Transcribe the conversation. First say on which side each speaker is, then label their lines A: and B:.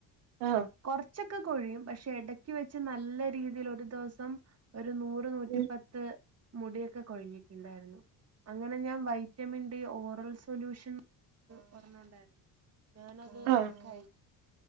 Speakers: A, on the right; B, on the right.
A: ആഹ്
B: കൊർച്ചൊക്കെ കൊഴിയും പക്ഷെ എടക്ക് വെച്ച് നല്ല രീതീയിൽ ഒരു ദെവസം ഒരു നൂറ് നൂറ്റി
A: ഉം
B: പത്ത് മുടിയൊക്കെ കൊഴിഞ്ഞിട്ട്ണ്ടായിരുന്നു അങ്ങനെ ഞാൻ വൈറ്റമിൻ ഡി ഓറൽ സൊല്യൂഷൻ കൊർഞ്ണ്ടായിരുന്നു ഞാനത്
A: ആഹ്
B: കഴി